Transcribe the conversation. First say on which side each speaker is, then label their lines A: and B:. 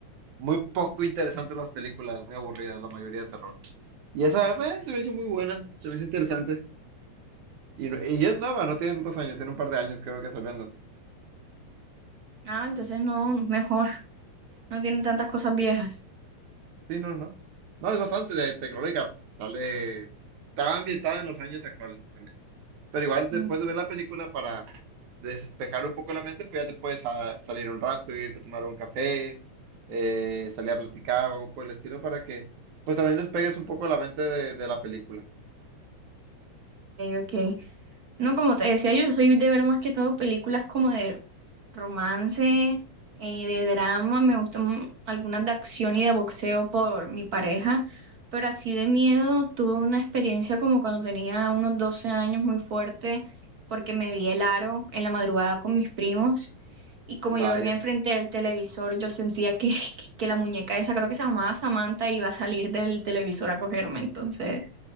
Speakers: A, on the right; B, on the right.
A: muy poco interesantes las películas, muy aburridas la mayoría de terror. Y esa eh, se me hizo muy buena, se me hizo interesante. Y, no- y es nueva, no tiene tantos años, tiene un par de años creo que salió en Netflix.
B: Ah, entonces no, mejor. No tienen tantas cosas viejas.
A: Sí, no, no. No, es bastante de tecnológica, sale, está ambientada en los años actuales pues, también. Pero igual
B: Ok,
A: después de ver la película para despejar un poco la mente, pues ya te puedes sa- salir un rato, irte a tomar un café, eh, salir a platicar o algo por el estilo para que pues también despegues un poco la mente de, de la película.
B: ok. No, como te decía, yo soy de ver más que todo películas como de romance, eh, de drama, me gustan algunas de acción y de boxeo por mi pareja, pero así de miedo tuve una experiencia como cuando tenía unos 12 años muy fuerte, porque me vi el aro en la madrugada con mis primos y como
A: Vaya.
B: yo dormía enfrente del televisor, yo sentía que, <laughs> que la muñeca esa, creo que se llamaba Samantha, iba a salir del televisor a cogerme, entonces